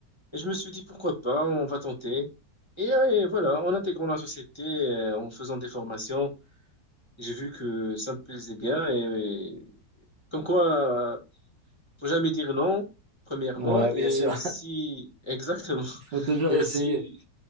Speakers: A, on the left; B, on the right.
A: et je me suis dit pourquoi pas, on va tenter. Et, euh, et voilà, en intégrant la société, euh, en faisant des formations, j'ai vu que ça me plaisait bien et, et comme quoi, euh, faut jamais dire non, premièrement,
B: Ouais,
A: et
B: bien sûr.
A: aussi <laughs> exactement,
B: <laughs> Faut toujours
A: et
B: essayer.
A: aussi